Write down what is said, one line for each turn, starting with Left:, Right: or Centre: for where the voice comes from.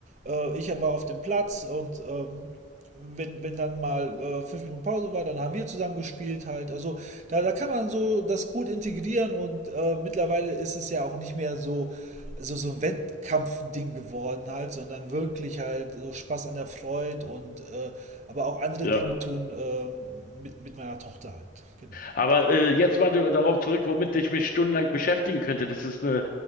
Right: Äh, ich war auf dem Platz und ähm, wenn, wenn dann mal äh, fünf Minuten Pause war, dann haben wir zusammen gespielt halt. Also da, da kann man so das gut integrieren und äh, mittlerweile ist es ja auch nicht mehr so, so, so ein Wettkampfding geworden halt, sondern wirklich halt so Spaß an der Freude und äh, aber auch andere
Left: ja.
Right: Dinge tun ähm, mit, mit meiner Tochter halt. Genau.
Left: Aber äh, jetzt mal darauf zurück, womit ich mich stundenlang beschäftigen könnte. Das ist eine